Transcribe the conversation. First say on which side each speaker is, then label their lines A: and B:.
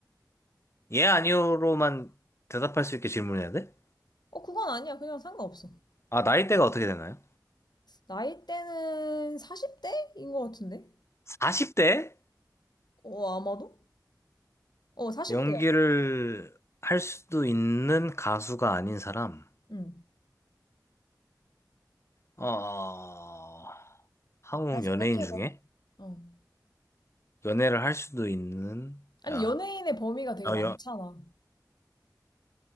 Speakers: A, on the left; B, on the left.
A: 예, 아니요로만 대답할 수 있게 질문해야 돼?
B: 어, 그건 아니야. 그냥 상관없어.
A: 아, 나이대가 어떻게 되나요?
B: 나이대는 40대인 것 같은데?
A: 40대?
B: 어, 아마도? 어, 40대야.
A: 연기를 할 수도 있는 가수가 아닌 사람?
B: 응.
A: 어, 한국
B: 잘 생각해봐.
A: 연예인 중에?
B: 어.
A: 연애를 할 수도 있는,
B: 아니,
A: 야.
B: 연예인의 범위가 되게
A: 어,
B: 많잖아.